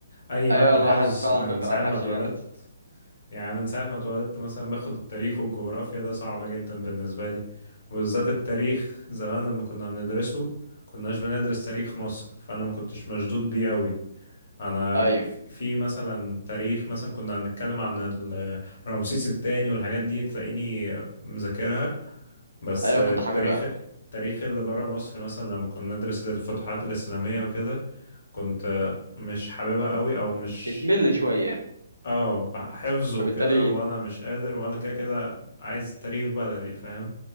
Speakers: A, on the left (about 50°); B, on the right (about 80°).
A: أي مادة
B: ايوه الواحد
A: حفظ
B: فعلا
A: من
B: بيقرأ
A: ساعة
B: الحفظ
A: ما اتولدت
B: جامد
A: يعني من ساعة ما اتولدت مثلا باخد التاريخ والجغرافيا ده صعب جدا بالنسبة لي وبالذات التاريخ زمان لما كنا بندرسه كناش بندرس تاريخ مصر فأنا ما كنتش مشدود بيه قوي أنا
B: ايوه
A: في في مثلا تاريخ مثلا كنا بنتكلم عن ال- رمسيس التاني والحاجات دي تلاقيني مذاكرها بس
B: ايوه
A: التاريخ
B: كنت حاببها
A: التاريخ اللي بره مصر مثلا لما كنا ندرس الفتوحات الإسلامية وكده كنت مش حاببها قوي او مش
B: بتمل شوية
A: اه حفظه وكده
B: فبالتالي
A: وانا مش قادر وانا كده كده عايز تاريخ بلدي فاهم